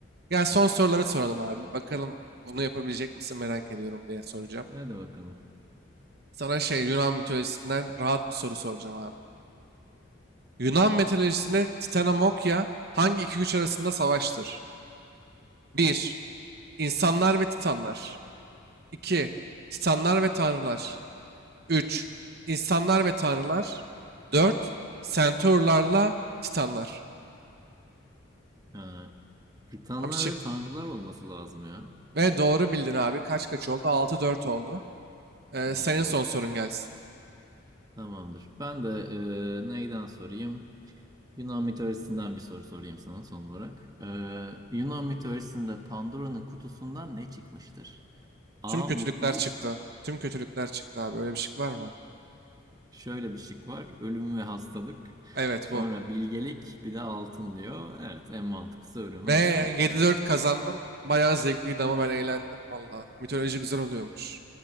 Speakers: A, on the right; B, on the right.
A: Ya son soruları soralım abi. Bakalım bunu yapabilecek misin merak ediyorum diye soracağım.
B: Hadi bakalım.
A: Sana şey Yunan mitolojisinden rahat bir soru soracağım abi. Yunan mitolojisinde Titanamokya hangi iki güç arasında savaştır? 1. İnsanlar ve Titanlar. 2. Titanlar ve Tanrılar. 3. İnsanlar ve Tanrılar. 4. Centaurlarla Titanlar.
B: Ha, Titanlar
A: Abi çıktı.
B: ve tanrılar olması lazım ya.
A: Ve doğru bildin abi. Kaç kaç oldu? 6-4 oldu. Ee,
B: Altı
A: senin son
B: dört.
A: sorun gelsin.
B: Tamamdır. Ben de e, neyden sorayım? Yunan mitolojisinden bir soru sorayım sana son olarak. Ee, Yunan mitolojisinde Pandora'nın kutusundan ne çıkmıştır? A.
A: Tüm kötülükler
B: Mutluluk.
A: çıktı. Tüm kötülükler çıktı abi. Öyle bir şey var mı?
B: Şöyle bir şık var. Ölüm ve hastalık.
A: Evet
B: Sonra
A: bu.
B: bilgelik, bir de altın diyor. Evet, en mantıklısı ölüm
A: Ve
B: ve hastalık
A: 7-4
B: oluyor.
A: kazandım. Bayağı zevkliydi ama ben eğlendim valla. Mitoloji güzel oluyormuş.